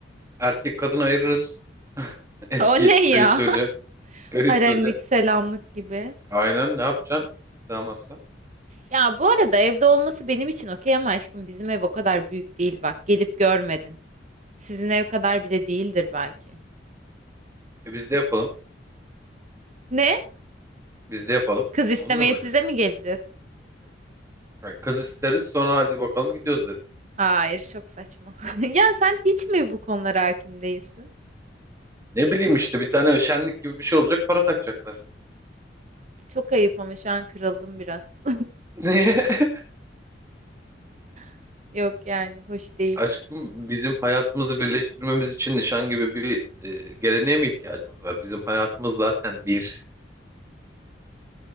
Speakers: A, on the right; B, on the right.
A: Erkek kadın ayırırız. <laughs> Eski
B: O ne
A: köy
B: ya?
A: usulü.
B: <laughs>
A: Köy
B: Haremlik,
A: usulü.
B: selamlık gibi.
A: Aynen ne yapacaksın? Sığamazsan.
B: Ya bu arada evde olması benim için okey ama aşkım bizim ev o kadar büyük değil bak. Gelip görmedin. Sizin ev kadar bile değildir belki.
A: E biz de yapalım.
B: Ne?
A: Biz de yapalım.
B: Kız istemeye
A: Olmuyor mu öyle?
B: size mi geleceğiz?
A: Ha, Kız isteriz sonra hadi bakalım gidiyoruz deriz.
B: Hayır, çok saçma. <laughs> Ya sen hiç mi bu konulara hakim değilsin?
A: Ne bileyim işte bir tane şenlik gibi bir şey olacak para takacaklar.
B: Çok ayıp ama şu an kırıldım biraz.
A: <laughs>
B: <laughs> Yok yani hoş değil.
A: Aşkım bizim hayatımızı birleştirmemiz için nişan gibi bir e, geleneğe mi ihtiyacımız var? Bizim hayatımız zaten bir.